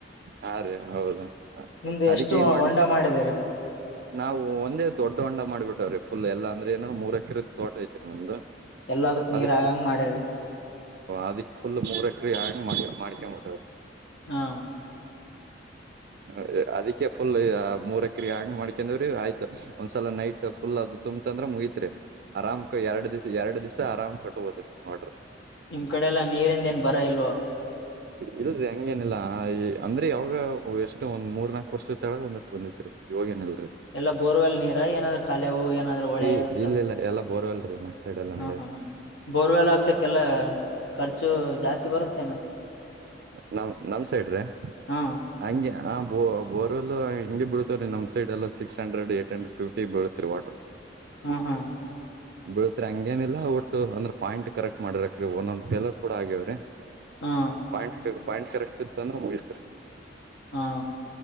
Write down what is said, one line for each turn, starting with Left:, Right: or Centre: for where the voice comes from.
Right: ಹಾ ರೀ ಹೌದು
Left: ನಿಮ್ದು
Right: ಅದಿಕ್ಕೆ
Left: ಎಷ್ಟು
Right: ಈಗ ಹೊಂಡೆ
Left: ಹೊಂಡ ಮಾಡಿದಿರಿ
Right: ನಾವವು ಒಂದೇ ದೊಡ್ಡ ಹಂಡ ಮಾಡ್ಬಿಟ್ಟವ್ರಿ ಫುಲ್ ಎಲ್ಲ ಅಂದ್ರ ಏಾದ್ ಮೂರ್ ಎಕರೆ ತೋಟ ಐತಿರಿ ನಮ್ದು
Left: ಎಲ್ಲದಕ್ ನೀರ್
Right: ಅದ
Left: ಆಗಂಗ ಮಾಡ್ಯರಿ
Right: ಅದಿ ಫುಲ್ ಮೂರ್ ಎಕರೆ ಆಾಗ ಮಾಡಿ ಮಾಡ ಮಟ್ಟರ್
Left: ಹಾ
Right: ಹಾ ಅದಕ್ಕೆ ಫುಲ್ ಮೂರ್ ಎಕರೆ ಹಂಗ್ ಮಾಡ್ಕೊಂಡವ್ರೀ ಆಯ್ತು ಒಂದ್ಸಲ ನೈಟ್ ಫುಲ್ ಅದು ತುಂಬತ್ ಅಂದ್ರೆ ಮುಗತ್ರಿ ಆರಾಮ್ ಎರಡ್ ದ್ ಎರಡ್ ದಿವ್ಸ ಆರಾಮ್ ಕಟ್ಟ ಹೋದ್ರಿ ವರ್ಡ್ರ
Left: ನಿಮ್ ಕಡೆ ಎಲ್ಲಾ ನೀರಿಂದೇನ್ ಬರ ಇಲ್ವಾ
Right: ಇಲ್ರರಿ ಹಂಗೇನಿಲ್ಲ ಅಂದ್ರೆ ಯಾವಾಗ ಎಷ್ಟು ಒಂದ್ ಮೂರ್ ನಾಕ್ವರ್ಷದ ತೊಳಗ ಒಂದಟ್ಟು ಬಂದಿತ್ತುತ್ತು ಇವಾಗೇನಿಲ್ಲಲ್ಲ
Left: ಎಲ್ಲ ಬೋರ್ವೆಲ್ ನೀರ ಏನಾದ್ರ ಖಾಲಿ ಹೂವು ಏನಾದ್ರೂ ಹೊಳೆ
Right: ಈ
Left: ಅಂತ
Right: ಇಲ್ಲ ಇಲ್ಲ ಎಲ್ಲಾ ಬೋರ್ವೆಲ್ರಿ ನಮ್ ಸೈಡ್ ಎಲ್ಲಾ
Left: ಹಾ
Right: ನಡ
Left: ಹಾ ಬೋರ್ವೆಲ್ಲ ಹಾಕ್ಸಕ್ಕೆಲ್ಲ ಖರ್ಚು ಜಾಸ್ತಿ ಬರುತ್ತೆ ನೆ
Right: ನಮ ನಮ್ ಸೈಡಹಂಗೆ
Left: ಹಾ
Right: ಹ ವರೆ ಎಲ್ಲ ಹಿಂಗಗೆ ಬೀಳ್ತವ ರೀ ನಮ್ ಸೈಡ್ ಎಲ್ಲ ಸಿಕ್ಸ್ ಹಂಡ್ರಡ್ಏಟ್ ಹಂಡ್ರೆ ಫಿಫ್ಟಿ ಬೀಳ್ತರಿ ವಾಟರ್
Left: ಹಾ ಹಾ
Right: ಬೀಳ್ತ್ರಿ ಹಂಗೇನಿಲ್ಲ ಒಟ್ಟು ಅಂದ್ರ ಪಾಯಿಂಟ್ ಕರೆಕ್ಟ್ ಮಾಡಿರಕ್ ಒಂದೊಂದ್ ಫೇಲರ್ ಕೂಡ ಆಗ್ಯವ್ರಿ
Left: ಹಾ
Right: ಪಾಯಿಂಟ್ ಕ ಪಾಯಿಂಟ್ ಕರೆಕ್ಟ್ ಇತ್ ಅಂದ್ರೆ ಮುಗತ್ರಿ
Left: ಹಾ